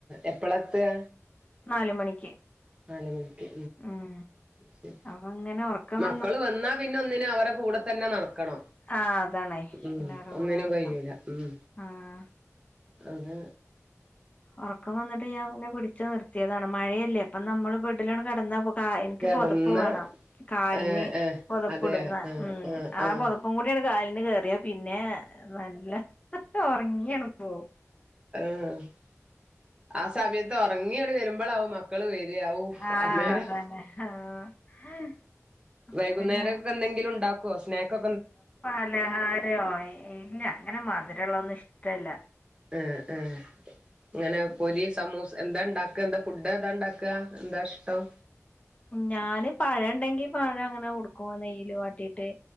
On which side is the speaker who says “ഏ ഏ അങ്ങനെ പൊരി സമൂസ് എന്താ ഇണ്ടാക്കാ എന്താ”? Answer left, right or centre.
Right